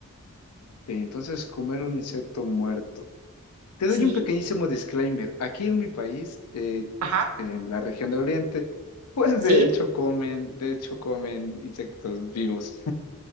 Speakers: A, on the left; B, on the right.
A: Este, entonces comer un insecto muerto. Te doy
B: Sí,
A: un pequeñísimo disclaimer. Aquí en mi país, eh,
B: Ajá.
A: en la región del Oriente, pues
B: ¿Sí?
A: de hecho comen, de hecho comen insectos vivos.